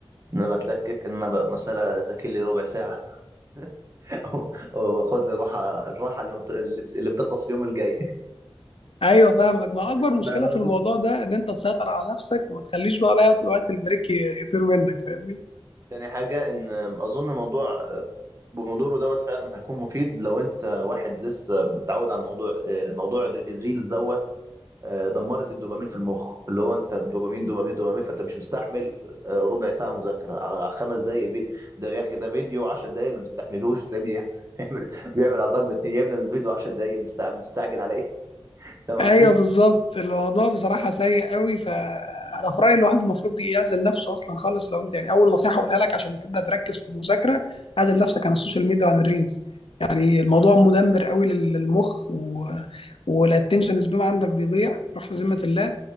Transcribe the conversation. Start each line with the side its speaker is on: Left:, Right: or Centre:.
Right: ان انا بتلكك ان انا بقى مثلا اذاكر لي ربع ساعه <laughs> واخد لي الراحه الراحه اللي بت- اللي بتخلص اليوم الجاي
Left: ايوه فاهمك ما اكبر
Right: <laughs>
Left: مشكله في الموضوع ده ان انت تسيطر على نفسك وما تخليش بقى بقى وقت البريك ي- يطير منك فاهمني
Right: تاني حاجة إن أظن الموضوع بموضوعه دوت فعلا هيكون مفيد لو أنت واحد لسه متعود على الموضوع موضوع الريلز دوت آه، دمرت الدوبامين في المخ اللي هو انت دوبامين دوبامين دوبامين فانت مش مستحمل آه، ربع ساعه مذاكره على خمس دقائق فيديو ده يا اخي ده فيديو 10 دقائق ما بيستحملوش تلاقيه بيعمل <laughs> بيعمل بيعمل على ضرب اتنين يا ابني الفيديو 10 دقائق مستع- مستعجل على ايه؟ فاهم قصدي؟
Left: ايوه بالظبط الموضوع بصراحه سيء قوي فانا في رايي الواحد المفروض يعزل نفسه اصلا خالص لو انت يعني اول نصيحه اقولها لك عشان تبدا تركز في المذاكره اعزل نفسك عن السوشيال ميديا وعن الريلز يعني الموضوع مدمر قوي لل- للمخ و... والاتنشن سبان عندك بيضيع بيروح في ذمه الله